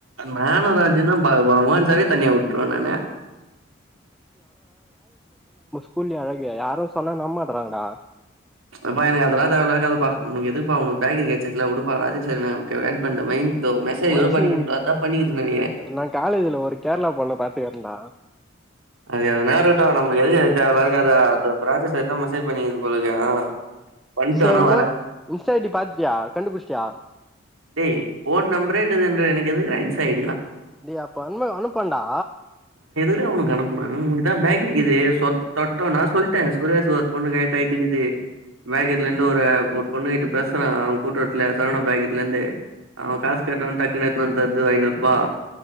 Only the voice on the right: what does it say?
நானு ராஜன்தா பாக்க போவோ மோஅன் சாரவே தனியா உட்ருவ நானு
அப்பா எனக்கு அதெல்லா தேவா இல்லாத கதப்பா உனக்கு எதுப்பா உனக்கு பேக்கிருக்குற <unintelligible> உடுப்பா ராஜேஸ் சார் என்னா நமக்கு ஏன் பண்ற மெய்ன் இதோ மெசேஜ்
கூட பண்ணிக்கிறன்டா அதா பண்ணிக்கிதுன் நெனக்கிறே
அது எதனா இருக்கட்டு நம்ளுக்கு எது எது தேவ இல்லாத கத அதுட்ட ப்ராஜக்ட் செய்யதா மெசேஜ் பண்ணிகிது போலர்க்கு ஆ பண்ட்டு
ஆனா வரேன்.
டேய் ஓன் நம்பரே இக்குதுன்ற எனக்கு எதுக்குடா இன்ஸா ஐ
டா அவனுக் அனுப்பணு உங்கிட்ட பேக்கிரிக்குது சொட் தொட்டோ நா சொல் ட்ட சுரேஸு ஒரு பொண்ணு கயெட் ஆயிட்டிக்குது பேக்கிரிலேந்து ஒரு ஆ ஒரு பொண்ணுகிட்ட பேசுறா அவ கூட்ரோட்ல சரவணா பேக்கிரிலேந்து அவ காஸ் கேட்டவுன் டக்குனு எத்னு வந் தர்து ஒ ஐநூர்பா